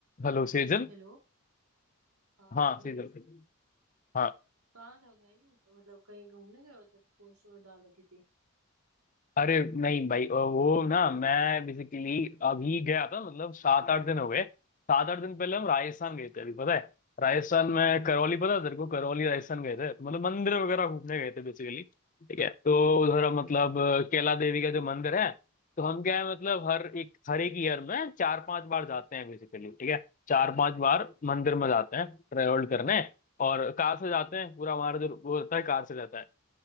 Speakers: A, on the left; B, on the right.
A: Hello Sejal
B: Hello हाँ
A: हाँ
B: ध्रुव
A: सेजल हाँ
B: कहाँ था भाई मतलब कहीं घूमने गए होते तो पोस्ट और डाल रखी थी
A: अरे नहीं भाई अ, वो ना मैं बेसिकली अभी गया था मतलब सात आठ दिन हो गए सात आठ दिन पहले हम राजस्थान गए थे अभी पता है राजस्थान में करौली पता है तेरे को करौली राजस्थान गए थे मतलब मंदिर वगैरह घूमने गए थे बेसिकली ठीक है तो उधर हम मतलब अ, कैला देवी का जो मंदिर है तो हम क्या है मतलब हर एक हर एक ईयर में चार पांच बार जाते हैं बेसिकली ठीक है चार पांच बार मंदिर में जाते हैं ट्रेवल करने और कार से जाते हैं पूरा हमारा जो वो होता है कार से जाता है